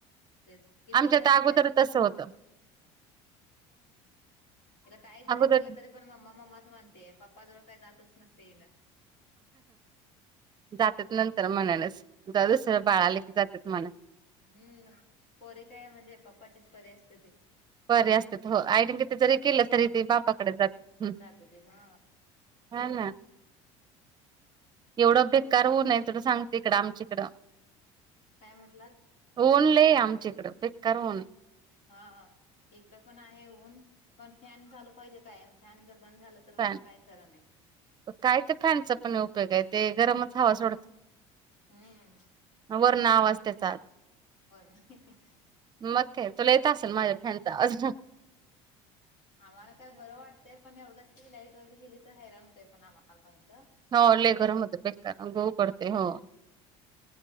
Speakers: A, on the left; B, on the right.
A: तेच किती
B: आमच्या
A: म्हणजे
B: तर अगोदर तस होतं.
A: हीला काय जरी
B: अगोदर
A: केलं तरी पण मम्मा मम्माच मनतेय पप्पा जवळ काय जातच नसते हीन.
B: जातात नंतर मनानचं जावुंदे जरा दुसर बाळ आले की जातात मनानं.
A: हम्म, पोरी काय म्हणजे पप्पाचीच परी असते ती.
B: परी असतेत हो आईने किती जरी केलं तरी ते बापाकडेच जातात हम्म.
A: जाते ती हा
B: हा ना. एवढं बेकार ऊनय तुला सांगते इकडं आमच्याईकडं
A: काय म्हटलात?
B: ऊन लय आमच्या इकडें बेकार ऊन.
A: हा हा इकड पण आहे ऊन पण फॅन चालू पायजे कायम फॅन जर बंद झालं तर मग
B: फॅन
A: काय खरं नाही.
B: काय ते फॅनचा पण उपयोग हाय ते गरमच हवा सोडतय.
A: हम्म.
B: वरन आवाज त्याचा
A: बर.
B: मग काय? तुला येत असेल माझ्या फॅनचा आवाज.
A: आम्हाला काय बरं वाटतंय पण एवढंच की लाईट वगैरे गेली तर हैराण होतय पण आम्हाला पण ईथ.
B: हो लय गरम होतय बेकार <unintelligible> ऊकडतय
A: हम्म
B: हो.